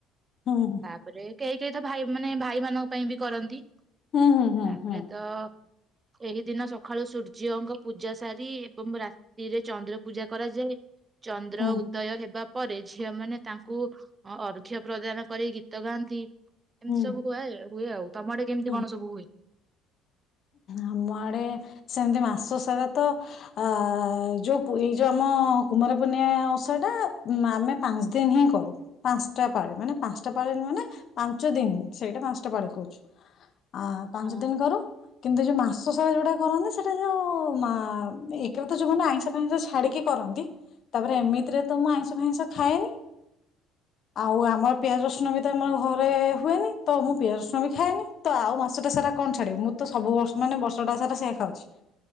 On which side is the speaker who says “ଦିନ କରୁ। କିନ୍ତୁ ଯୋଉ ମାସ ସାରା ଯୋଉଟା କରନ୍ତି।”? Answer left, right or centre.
Left